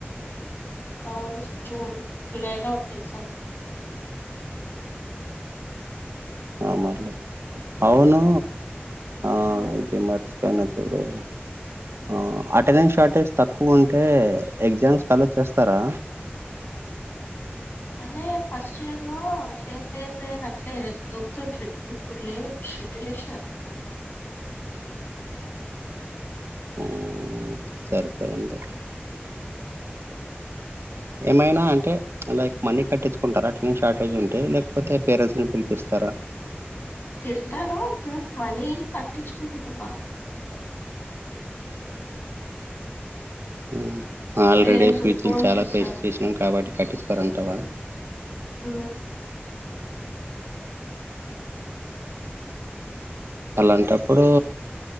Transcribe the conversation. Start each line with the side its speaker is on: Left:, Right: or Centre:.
Left: అవును జూన్ జులైలో ఉంది ఎగ్జామ్
Right: ఆ మరిలే అవును ఆ
Left: ఉమ్.
Right: ఇది మర్చిపోయినా ఇప్పుడు ఆ అటెండెన్స్ షార్టేజ్ తక్కువ ఉంటే ఎగ్జామ్స్ ఎల్లో చేస్తారా
Left: అదే ఫస్ట్ ఇయర్ లో అట్లేం లేదు లే గాని అట్లే దొబ్బతుంట్రి ఇప్పుడు లేదు చిట్టిలు వేసిన్నారా
Right: అమ్ ఉమ్ సరిపోయింది. ఏమైనా అంటే లైక్ మనీ కట్టించుకుంటారా అటెండెన్స్ షార్టేజ్ ఉంటే లేక కపోతే పేరెంట్స్ నీ పిలిపిస్తారా
Left: తిడతారు ఇప్పుడు మనీ ఎం కటించ్చు కోలేరబ్బ
Right: ఉమ్ ఆల్రెడీ
Left: పేరెంట్స్
Right: ఫ్యూచింగ్
Left: ఫోన్
Right: చాలా
Left: చేస్తారు
Right: పేస్ చేసినాం కాబట్టి కట్టించు కోరంటావా
Left: ఓ అ
Right: అలాంటప్పుడు